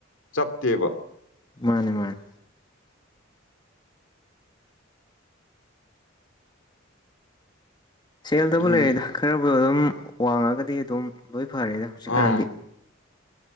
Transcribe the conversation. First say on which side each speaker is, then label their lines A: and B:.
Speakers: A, on the left (about 65°); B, on the left (about 20°).
A: ꯆꯞꯇꯦꯕ
B: ꯃꯥꯅꯦ ꯃꯥꯅꯦ ꯁꯦꯜꯗꯕꯨ
A: ꯑꯗꯨꯅ
B: ꯂꯩꯔꯦꯗ ꯈꯔꯕꯨꯗꯣ ꯑꯗꯨꯝ ꯋꯥꯡꯉꯒꯗꯤ ꯑꯗꯨꯝ ꯂꯣꯏ ꯐꯔꯦꯗ ꯍꯧꯖꯤꯛꯀꯥꯟꯗꯤ
A: ꯑꯥ